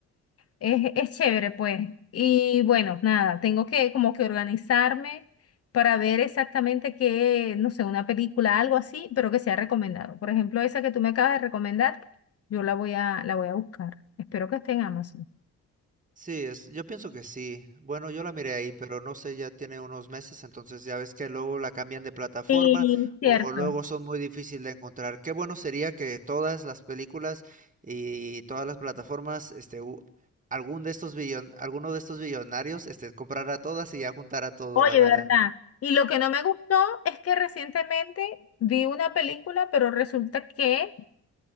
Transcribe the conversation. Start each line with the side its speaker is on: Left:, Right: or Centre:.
Left: Es, es chévere, pues. Y bueno, nada, tengo que como que organizarme para ver exactamente qué, no sé, una película, algo así, pero que sea recomendado. Por ejemplo, esa que tú me acabas de recomendar, yo la voy a, la voy a buscar. Espero que esté en Amazon.
Right: Sí, es, yo pienso que sí. Bueno, yo la miré ahí, pero no sé, ya tiene unos meses, entonces ya ves que luego la cambian de plataforma
Left: Sí, cierto.
Right: o luego son muy difíciles de encontrar. Qué bueno sería que todas las películas y todas las plataformas, este, u- algún de estos billon, alguno de estos billonarios, este, comprara todas y ya juntara todo,
Left: Oye,
Right: la verdad.
Left: ¿verdad? Y lo que no me gustó es que recientemente vi una película, pero resulta que